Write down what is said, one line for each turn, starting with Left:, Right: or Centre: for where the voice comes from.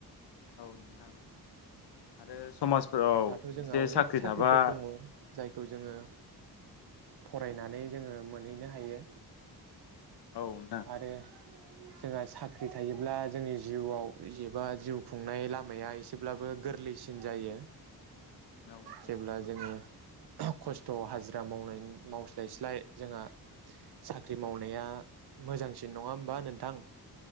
Left: औ नोंथां आरो समाजफोराव
Right: दाथ' जोंहा
Left: एसे
Right: अनेक
Left: साख्रि
Right: साख्रिफोर
Left: थाबा औ
Right: दङ जायखौ जोङो फरायनानै जोङो मोनहैनो हायो।
Left: नोंथां
Right: आरो जोंहा साख्रि थायोब्ला जोंनि जिउआव एबा जिउ खुंनाय लामाया एसेब्लाबो गोरलैसि सिन जायो
Left: औ नोंथां
Right: जेब्ला जोङो थ' खस्थ' हाजिरा मावनाय मावस्लायस्लाय जोंहा साख्रि मावनाया मोजांसिन नङा होमबा नोंथां।